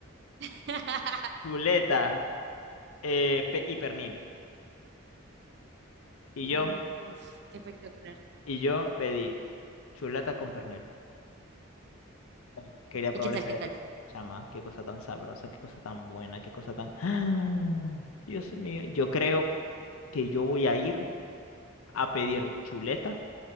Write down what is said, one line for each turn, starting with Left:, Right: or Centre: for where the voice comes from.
Right: <laughs>
Left: <clears throat> chuleta. eh, pe- y pernil. Y
Right: Uf,
Left: yo,
Right: qué espectacular.
Left: y yo pedí chuleta con pernil. Ay, Quería
Right: ¿Y
Left: probar
Right: qué tal,
Left: esa
Right: qué
Left: delicia.
Right: tal?
Left: Chama, qué cosa tan sabrosa, qué cosa tan buena, qué cosa tan... <gasps> ¡Ah! Dios mío, yo creo que yo voy a ir a pedir chuleta,